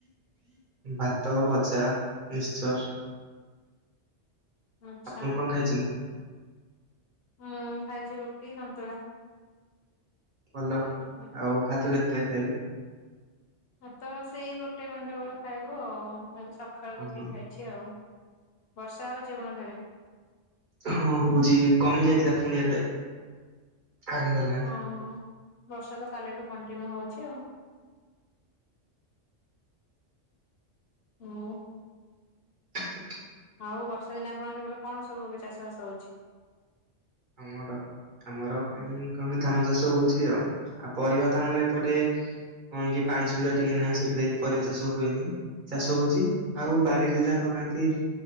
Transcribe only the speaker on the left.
ଆଚ୍ଛା
ହଁ ଖାଇଛି ରୁଟି ସନ୍ତୁଳା।
ମୁଁ
ଭାତ ସେଇ ଗୋଟେ ଖଣ୍ଡେ ବେଳ ଖାଇବୁ ଆଉ ଏ ସକାଳୁ
ରୁଟି
ଖାଇବୁ। ଚି ଆଉ ବର୍ଷା ହେଉଛି ଆପଣଙ୍କ ସିଆଡେ?
ହଁ ବର୍ଷା ତ କାଲିଠୁ କଣ୍ଟିନ୍ୟୁ ହଉଛି ଆଉ। ଆଉ
ଆଉ ବର୍ଷା ଦିନେ ଆପଣଙ୍କ ସେପଟେ କଣ ସବୁ ଏବେ ଚାଷବାସ ହଉଛି?